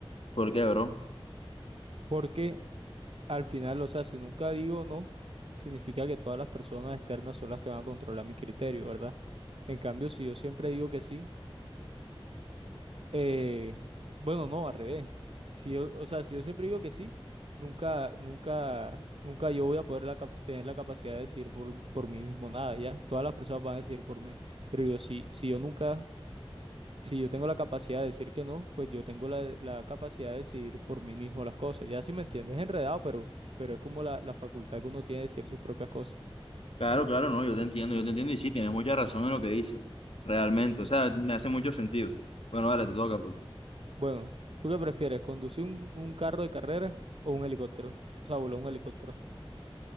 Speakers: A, on the left; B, on the right.
A: ¿Por qué, bro?
B: porque al final, o sea, si nunca digo no, significa que todas las personas externas son las que van a controlar mi criterio, ¿verdad? En cambio, si yo siempre digo que sí, eh, bueno, no, al revés. Si yo, o sea, si yo siempre digo que sí, nunca, nunca, nunca yo voy a poder la cap- tener la capacidad de decir por, por mí mismo nada, ¿ya? Todas las personas van a decir por mí, pero yo sí, si yo nunca Si yo tengo la capacidad de decir que no, pues yo tengo la, la capacidad de decidir por mí mismo las cosas. Ya si me entiendes, es enredado, pero, pero es como la, la facultad que uno tiene de decir sus propias cosas.
A: Claro, claro, no, yo te entiendo, yo te entiendo y sí, tienes mucha razón en lo que dices, realmente, o sea, me hace mucho sentido. Bueno, vale te toca, pues.
B: Bueno, ¿tú qué prefieres? ¿Conducir un, un carro de carrera o un helicóptero? O sea, volar un helicóptero.